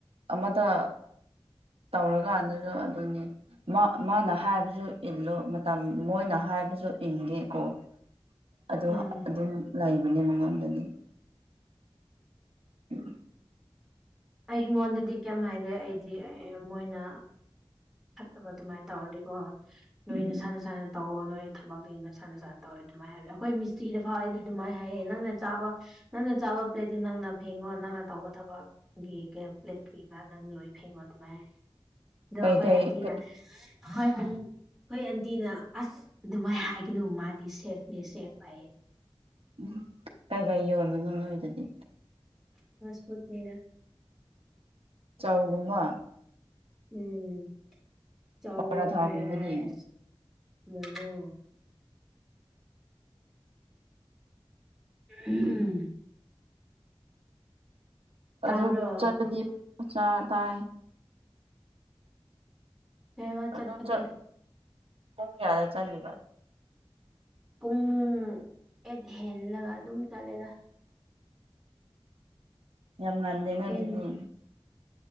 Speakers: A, on the right (about 75°); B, in the centre.
A: ꯑꯃꯗ ꯇꯧꯔꯀꯥꯟ ꯑꯗꯨꯁꯨ ꯑꯗꯨꯅꯤ ꯃꯥꯅ ꯍꯥꯏꯕꯁꯨ ꯏꯜꯂꯨ ꯃꯇꯝ ꯃꯣꯏꯅ ꯍꯥꯏꯕꯁꯨ ꯏꯟꯗꯦ ꯀꯣ <inaudible> <unintelligible> ꯑꯗꯣ
B: ꯎꯝ
A: ꯑꯗꯨꯝ ꯂꯩꯕꯅꯦ ꯃꯉꯣꯟꯗꯗꯤ ꯎꯝ
B: ꯑꯩꯉꯣꯟꯗꯗꯤ ꯀꯩ ꯍꯥꯏꯔꯦ ꯑꯩꯗꯤ ꯃꯣꯏꯅ ꯐꯠꯇꯕ ꯑꯗꯨꯃꯥꯏꯅ ꯇꯧꯔꯗꯤꯀꯣ ꯅꯣꯏ
A: ꯎꯝ
B: ꯅ ꯁꯥꯟꯅ ꯁꯥꯟꯅ ꯇꯧ ꯅꯣꯏ ꯊꯕꯛꯇꯨ ꯅꯁꯥ ꯅꯁꯥ ꯇꯧꯋꯦ ꯑꯗꯨꯃꯥꯏꯅ ꯍꯥꯏꯕ ꯑꯩꯈꯣꯏ ꯃꯤꯁꯇꯤꯔꯤꯗ ꯐꯥꯎ ꯑꯩꯗꯤ ꯑꯗꯨꯃꯥꯏꯅ ꯍꯥꯏꯌꯦ ꯅꯪꯅ ꯆꯥꯕ ꯅꯪꯅ ꯆꯥꯕ ꯄ꯭ꯂꯦꯠꯇꯤ ꯅꯪꯅ ꯐꯦꯡꯉꯣ ꯅꯪꯅ ꯇꯧꯕ ꯊꯕꯛ ꯒꯤ ꯄ꯭ꯂꯦꯠ ꯀꯩꯀꯥ ꯅꯪ ꯂꯣꯏ ꯐꯦꯡꯉꯣ ꯑꯗꯨꯃꯥꯏꯅ ꯑꯗꯣ
A: ꯀꯩꯀꯩ
B: ꯑꯩꯈꯣꯏ ꯑꯟꯇꯤꯅ
A: ꯀꯩ-
B: ꯍꯣꯏ ꯍꯣꯏ ꯑꯟꯇꯤꯅ ꯑꯁ ꯑꯗꯨꯃꯥꯏꯅ ꯍꯥꯏꯒꯅꯨ ꯃꯥꯗꯤ ꯁꯦꯐꯅꯦ ꯁꯦꯐ ꯍꯥꯏꯌꯦ
A: ꯎꯝ ꯀꯥꯏ ꯀꯥꯏ ꯌꯣꯟꯕꯅꯣ ꯅꯣꯏꯗꯗꯤ
B: ꯍꯁꯄꯠꯅꯤꯔ
A: ꯆꯥꯎꯕꯉꯥ
B: ꯎꯝ ꯆ
A: ꯄꯔꯥꯊꯥꯒꯨꯝꯕꯗꯤ
B: ꯐ꯭ꯔꯥꯏ ꯔꯥꯏꯁ ꯃꯣꯃꯣ ꯎꯝ ꯇꯥꯕ꯭ꯔꯣ
A: ꯑꯗꯨ ꯆꯠꯄꯗꯤ ꯃꯆꯥ ꯇꯥꯏ
B: ꯀꯩꯕ
A: ꯑꯗꯨꯣ
B: ꯆꯠꯄꯗꯤ
A: ꯄꯨꯡ ꯀꯌꯥꯗ ꯆꯠꯂꯤꯕ
B: ꯄꯨꯡ ꯑꯦꯠ ꯍꯦꯜꯂꯒ ꯑꯗꯨꯝ ꯆꯠꯂꯦꯔ
A: ꯌꯥꯝ ꯉꯥꯟꯗꯦꯅ ꯑꯗꯨꯗꯤ
B: ꯑꯦꯟ